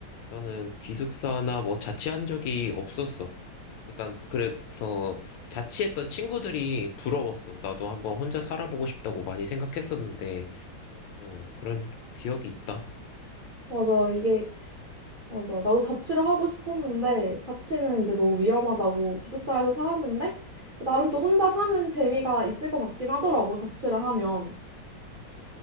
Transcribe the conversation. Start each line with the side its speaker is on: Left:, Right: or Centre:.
Left: 나는 기숙사나 뭐 자취한 적이 없었어. 난 그래서 자취했던 친구들이 부러웠어. 나도 한번 혼자 살아보고 싶다고 많이 생각했었는데, 음, 그런 기억이 있다.
Right: 맞아. 이게 맞아. 나도 자취를 하고 싶었는데, 자취는 이제 너무 위험하다고 기숙사에서 살았는데, 나름 또 혼자 사는 재미가 있을 것 같긴 하더라고, 자취를 하면.